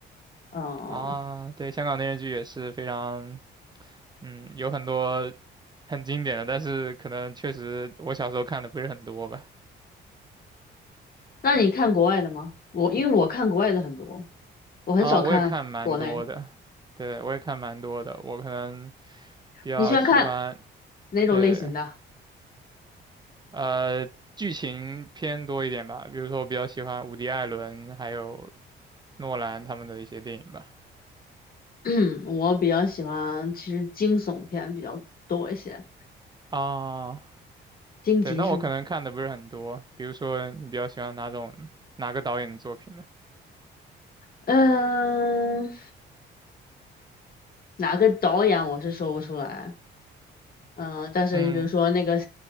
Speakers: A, on the left; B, on the right.
A: 嗯、
B: <laughs>
A: 呃
B: 啊，对，香港电视剧也是非常，嗯，有很多很经典的，但是可能确实我小时候看的不是很多吧。
A: 那你看国外的吗？我因为我看国外的很多，我很少看国内。
B: 啊，我也看蛮多的，对，我也看蛮多的，我可能比较喜欢，
A: 你喜欢看哪种类型的？
B: 对。呃，剧情偏多一点吧，比如说我比较喜欢伍迪·艾伦还有诺兰他们的一些电影吧。
A: <clears throat> 我比较喜欢，其实惊悚片比较多一些，
B: 啊，
A: 惊级是吗？
B: 对，那我可能看的不是很多，比如说你比较喜欢哪种哪个导演的作品呢？
A: 嗯，哪个导演我是说不出来。嗯，但是你比如说那个
B: 嗯，